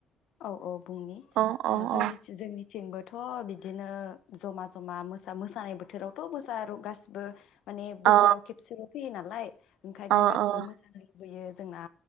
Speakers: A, on the left; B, on the right.
A: औ औ बुंनि
B: अ
A: ओ
B: अ
A: जोंनिथि
B: अ
A: जोंनि थिंबोथ' बिदिनो जमा जमाो मोसानाय बोथोरावथ' मोसा गासिबो माने बोसोराव
B: अ
A: खेबसेल' फैयो ना लाय। ओंखायनो
B: अ
A: गासिबो
B: अ
A: मोसानाय बोयो जोंना